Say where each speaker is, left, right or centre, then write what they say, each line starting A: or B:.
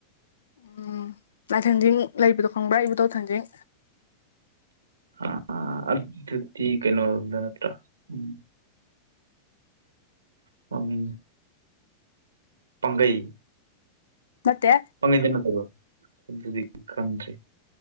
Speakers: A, on the left; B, on the right.
A: ꯎꯝ ꯂꯥꯏꯊꯟꯖꯤꯡ ꯂꯩꯕꯗꯣ ꯈꯪꯕ꯭ꯔꯥ ꯑꯩꯕꯨ ꯇꯣ ꯊꯟꯖꯤꯡ
B: ꯑ ꯑꯗꯨꯗꯤ ꯀꯩꯅꯣꯗ ꯅꯠꯇ꯭ꯔꯥ ꯎꯝ ꯐꯃꯤ ꯄꯪꯒꯩ
A: ꯅꯠꯇꯦ
B: ꯀꯗꯅꯠꯇꯕꯣ ꯑ ꯀꯥꯟꯔꯤ